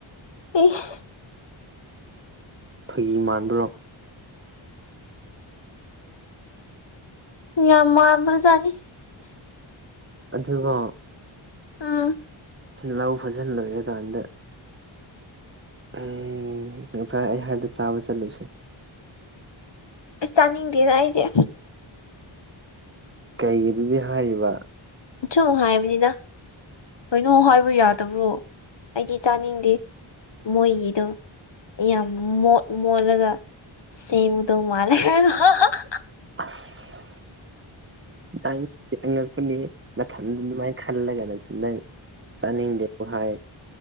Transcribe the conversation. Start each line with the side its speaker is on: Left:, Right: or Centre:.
Left: ꯏꯁ
Right: ꯐꯒꯤ ꯃꯥꯟꯕ꯭ꯔꯣ
Left: ꯌꯥꯝꯃꯝꯕꯔꯖꯥꯅꯤ
Right: ꯑꯗꯨꯒ
Left: ꯎꯝ
Right: ꯂꯧ ꯐꯖꯟ ꯂꯣꯏꯔꯀꯥꯟꯗ ꯎꯝ ꯉꯁꯥꯏ ꯑꯩ ꯍꯥꯏꯕꯣꯗ ꯆꯥꯕ ꯆꯠꯂꯨꯁꯦ
Left: ꯑꯩ ꯆꯥꯅꯤꯡꯗꯦꯗ ꯑꯩꯗꯤ
Right: ꯀꯩꯒꯤ ꯑꯗꯨꯗꯤ ꯍꯥꯏꯔꯤꯕ
Left: ꯁꯨꯝ ꯍꯥꯏꯕꯅꯤꯗ ꯀꯩꯅꯣ ꯍꯥꯏꯕ ꯌꯥꯗꯕ꯭ꯔꯣ ꯑꯩꯗꯤ ꯆꯥꯅꯤꯡꯗꯦ ꯃꯣꯏꯒꯤꯗꯨ ꯌꯥꯝ ꯃꯣꯠ ꯃꯣꯠꯂꯒ ꯁꯦꯝꯕꯗ ꯃꯥꯜꯂꯦ <unintelligible>
Right: ꯑꯁ ꯅꯪ ꯑꯉꯛꯄꯅꯤ ꯅꯥꯊꯟꯗ ꯅꯨꯡꯉꯥꯏ ꯈꯜꯂꯒꯅ <unintelligible> ꯅꯪ ꯆꯥꯅꯤꯡꯗꯦꯕꯨ ꯍꯥꯏ